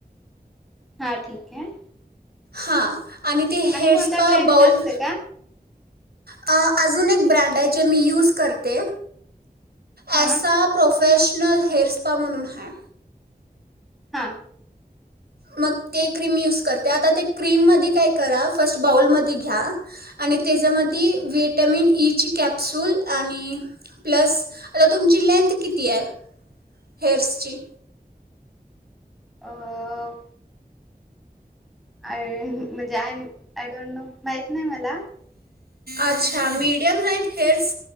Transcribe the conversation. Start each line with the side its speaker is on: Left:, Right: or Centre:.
Centre: हां ठीक आहे.
Right: हा! आणि ते हेअर
Centre: कोणत्या
Right: स्पा
Centre: ब्रँडचे
Right: बाऊल
Centre: असते का
Right: आ. अजून एक ब्रँड आहे जे मी यूज करते.
Centre: हां
Right: ऐसा प्रोपेश नल हेर् स्पा म्हणून हाय.
Centre: हा!
Right: मग ते क्रीम यूज करते आता ते क्रीममनं ते काय करा फर्स्ट बाऊलमध्ये घ्या, आणि त्याच्यामधी विटॅमिन ईची कॅप्सुल, आणि प्लस आता तुमची लेंथ किती आहे हेअर्सची.
Centre: अं आय म्हणजे आयम आय डोंट नो माहीत नाही मला.
Right: अच्छा मीडियम साईथ हेअर्स.